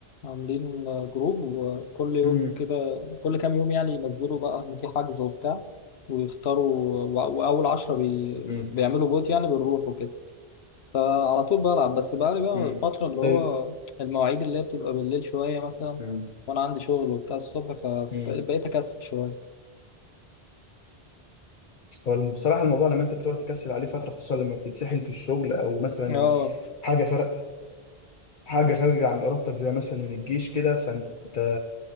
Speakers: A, on the left; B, on the left.
A: عاملين جروب وكل يوم
B: امم
A: كده كل كام يوم يعني ينزلوا بقى ان في حجز وبتاع ويختاروا و- واول عشرة بي
B: امم
A: بيعملوا فوت يعني بنروح وكده فعلى طول بلعب بس بقالي بقى
B: امم
A: الفترة اللي
B: طيب
A: هو المواعيد اللي هي بتبقى بالليل شوية مثلا
B: امم
A: وانا عندي شغل وبتاع الصبح فبقيت
B: امم
A: اكسل شوية
B: هو بصراحة الموضوع لما انت بتقعد تكسل عليه فترة خصوصا لما بتتسحل في الشغل او مثلا
A: اه
B: حاجة خارجة حاجة خارجة عن إرادتك زي مثلا الجيش كده فأنت